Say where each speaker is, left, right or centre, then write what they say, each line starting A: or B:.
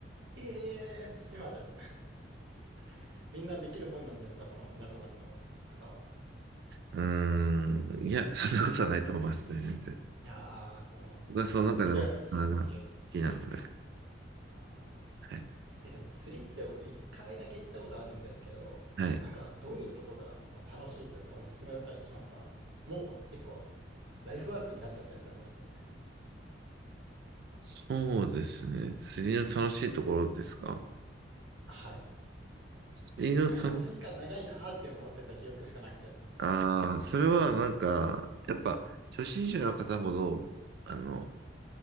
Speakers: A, on the right; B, on the right.
A: えー、寿司まで。<laughs> みんなできるもんなんですかその港町の方は。
B: うーん。いや、<laughs> そんなことはないと思いますね、全然。
A: いやー、その、
B: 僕はその中でも魚が好きなので。
A: お好きでやられてるっていう。ああ。
B: はい。
A: え、でも釣りって僕一回だけ行ったことあるんですけど、
B: はい。
A: なんかどういうとこがこの楽しいというかおすすめだったりしますかもう結構ライフワークになっちゃってる感じなんですか
B: そうですね。釣りの楽しいところですか
A: はい。
B: 釣りの楽し、
A: なんか待ち時間長いなーって思ってた記憶しかなくて。
B: ああ、それはなんか、やっぱ、初心者の方ほど、あの、